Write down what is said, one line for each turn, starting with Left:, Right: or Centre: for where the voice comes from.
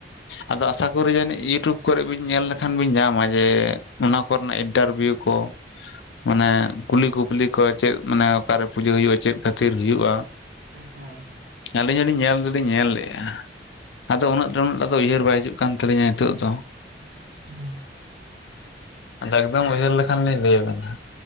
Left: ᱟᱫᱚ ᱟᱥᱟ ᱠᱚᱨᱮ ᱡᱟᱹᱱᱤᱡ ᱤᱭᱩᱴᱩᱵᱽ ᱠᱚᱨᱮ ᱵᱤᱱ ᱧᱮᱞ ᱞᱮᱠᱷᱟᱱ ᱵᱤᱱ ᱧᱟᱢᱟ ᱡᱮ ᱚᱱᱟ ᱠᱚᱨᱮᱱᱟᱜ ᱤᱱᱴᱟᱨᱵᱷᱤᱭᱩ ᱠᱚ ᱢᱟᱱᱮ ᱠᱩᱞᱤ ᱠᱩᱯᱞᱤ ᱠᱚ ᱪᱮᱫ ᱢᱟᱱᱮ ᱚᱠᱟᱨᱮ ᱯᱩᱡᱟᱹ ᱦᱩᱭᱩᱜᱼᱟ ᱪᱮᱫ ᱠᱷᱟᱹᱛᱤᱨ ᱦᱩᱭᱩᱜᱼᱟ
Right: ᱚᱸ ᱦᱮᱸ
Left: ᱟᱹᱞᱤᱧ ᱦᱚᱸᱞᱤᱧ ᱧᱮᱞ ᱫᱚᱞᱤᱧ ᱧᱮᱞ ᱞᱮᱜᱼᱟ ᱾ ᱟᱫᱚ ᱩᱱᱟᱹᱜ ᱩᱱᱟᱹᱜ ᱴᱟ ᱫᱚ ᱩᱭᱦᱟᱹᱨ ᱵᱟᱭ ᱦᱤᱡᱩᱜ ᱠᱟᱱ ᱛᱟᱹᱞᱤᱧᱟ ᱱᱤᱛᱚᱜ ᱫᱚ
Right: ᱦᱩᱸ ᱾
Left: ᱟᱫᱚ ᱮᱠᱫᱚᱢ ᱩᱭᱦᱟᱹᱨ ᱞᱮᱠᱷᱟᱱ ᱞᱤᱧ ᱞᱟᱹᱭ ᱟᱵᱤᱱᱟ ᱾